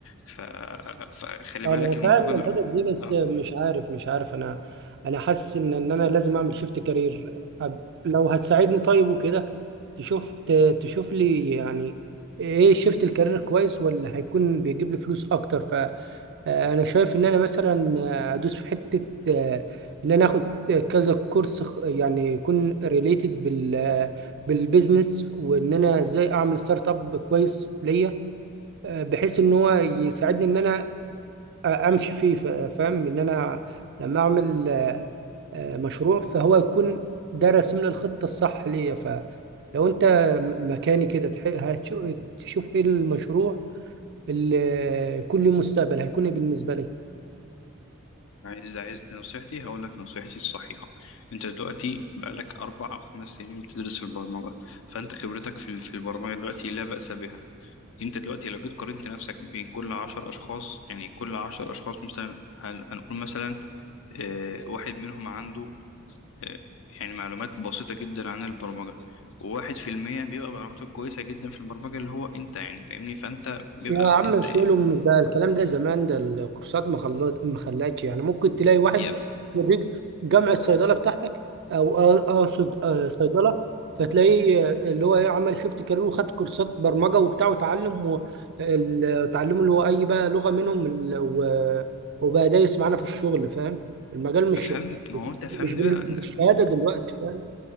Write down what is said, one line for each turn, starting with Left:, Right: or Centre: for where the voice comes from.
Left: ف... فخلي
Right: انا
Left: بالك الموضوع
Right: فاهم
Left: ده أنا...
Right: الحتت دي بس
Left: آه.
Right: مش عارف مش عارف انا انا حاسس ان ان انا لازم اعمل شيفت كارير لو هتساعدني طيب وكده تشوف ت- تشوف لي يعني ايه شيفت الكارير كويس ولا هيكون بيجيب لي فلوس اكتر فانا شايف ان انا مثلا ادوس في حتة آه، ان انا اخد كذا كورس خ- يعني يكون ريليتد بال بالبيزنس وان انا ازاي اعمل ستارت اب كويس ليا آه، بحيث ان هو يساعدني ان انا امشي فيه ف- فاهم ان انا لما اعمل آه، آه، مشروع فهو يكون ده راسم لي الخطه الصح ليا فلو انت مكاني كده تح- هتشو- تشوف ايه المشروع اللي يكون له مستقبل هيكون إيه بالنسبه لي
Left: عايز عايز نصيحتي هقول لك نصيحتي الصحيحة انت دلوقتي بقالك اربع او خمس سنين بتدرس البرمجة فانت خبرتك في ال- في البرمجة دلوقتي لا بأس بها انت دلوقتي لو جيت قارنت نفسك بين كل عشر اشخاص يعني كل عشر اشخاص مثلا هن- هنقول مثلا آه، واحد منهم عنده آه، يعني معلومات بسيطة جدا عن البرمجة وواحد في المية بيبقى معلوماته كويسة جدا في البرمجة اللي هو انت يعني فاهمني فانت بيبقى
Right: يا عم
Left: انت
Right: شيلهم ده الكلام ده زمان ده الكورسات ما خلت ما خلتش يعني ممكن تلاقي واحد
Left: يا
Right: خريج جامعة صيدلة بتاعتك او أ- اقصد آه، صيدلة فتلاقيه آه، اللي هو ايه عمل شيفت كارير وخد كورسات برمجة وبتاع وتعلم و- ال- وتعلمه اللي هو اي بقى لغة منهم ال- و- وبقى دايس معانا في الشغل فاهم المجال مش
Left: ما فهمني ما هو انت فهمني
Right: مش بال-
Left: بقى
Right: بالشهادة دلوقتي فاهم